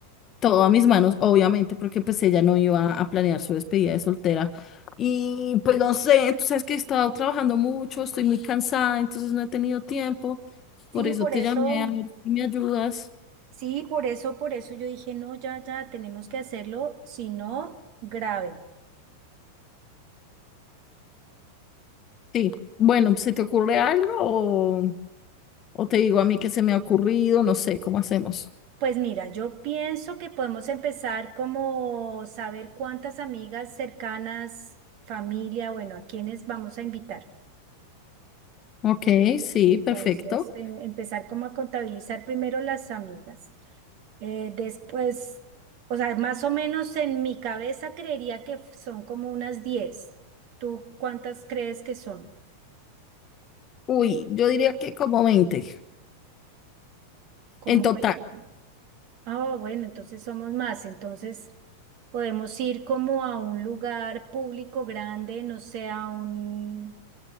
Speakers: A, on the left; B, on the right.
A: todo a mis manos, obviamente, porque pues ella no iba a planear su despedida de soltera. Y pues no sé, tú sabes que he estado trabajando mucho, estoy muy cansada, entonces no he tenido tiempo, por
B: Sí,
A: eso
B: por
A: te
B: eso,
A: llamé a ver si me ayudas.
B: sí, por eso, por eso yo dije, no, ya, ya, tenemos que hacerlo, si no, grave.
A: Sí, bueno, ¿se te ocurre algo o, o te digo a mí que se me ha ocurrido? No sé, ¿cómo hacemos?
B: Pues mira, yo pienso que podemos empezar como saber cuántas amigas cercanas, familia, bueno, a quiénes vamos a invitar.
A: Ok, sí,
B: Entonces,
A: perfecto.
B: em- empezar como a contabilizar primero las amigas. Eh, después, o sea, más o menos en mi cabeza creería que f- son como unas diez ¿Tú cuántas crees que son?
A: Uy, yo diría que como 20
B: Como
A: en total.
B: 20. Ah, bueno, entonces somos más. Entonces podemos ir como a un lugar público grande, no sé, a un,